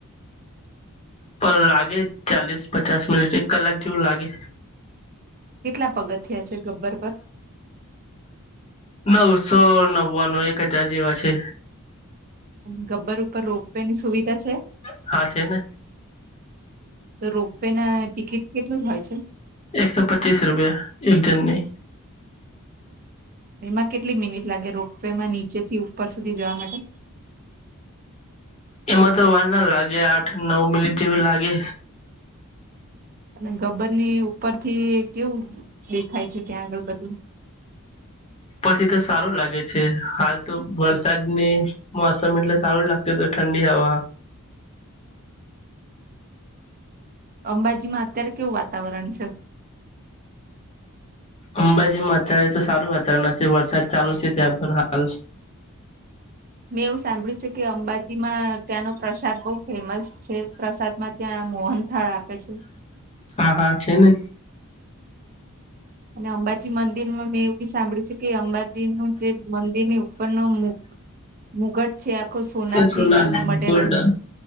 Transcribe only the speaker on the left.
પલ લાગે ચાલીસ પચાસ મિનિટ એક કલાક જેવું લાગે.
નવસો નવ્વાનું એક હજાર જેવા છે.
હા છે ને
એકસો પચીસ રૂપિયા એક જનની.
એમાં તો વારના લાગે આઠ નવ મિનિટ જેવી લાગે,
પછીતો સારું લાગે છે, હાલતો વરસાદની મોસમ એટલે સારું લાગતીતો ઠંડી હવા.
અંબાજીમાં અતો સારું વાતાવરણ હશે વરસાદ ચાલુ છે, ત્યાં હાલ
હા, હા છે ને
એ સોના
ગોલ્ડ